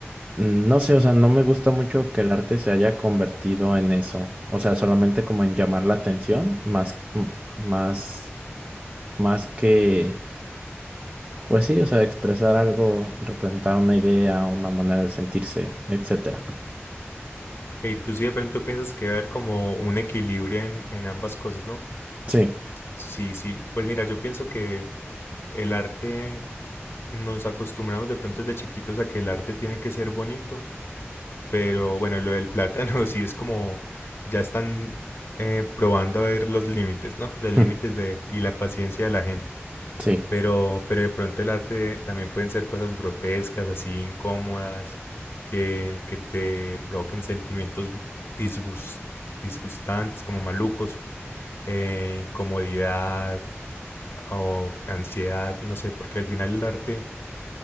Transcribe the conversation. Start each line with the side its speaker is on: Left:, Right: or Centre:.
Right: No sé, o sea, no me gusta mucho que el arte se haya convertido en eso, o sea, solamente como en llamar la atención, más, m- más, más que, pues sí, o sea, expresar algo, representar una idea, una manera de sentirse, etcétera.
Left: Hey, tú sí de pronto piensas que va a haber como un equilibrio en, en ambas cosas, ¿no?
Right: Sí,
Left: Sí, sí. Pues mira, yo pienso que el arte nos acostumbramos de pronto desde chiquitos a que el arte tiene que ser bonito Pero bueno, lo del plátano <laughs> sí es como ya están eh, probando a ver los límites, ¿no? Los límites
Right: <laughs>
Left: de y la paciencia de la gente.
Right: sí,
Left: Pero, pero de pronto el arte también pueden ser cosas grotescas, así incómodas, que, que te provoquen sentimientos disgust- disgustantes, como malucos, eh, incomodidad o ansiedad, no sé, porque al final el arte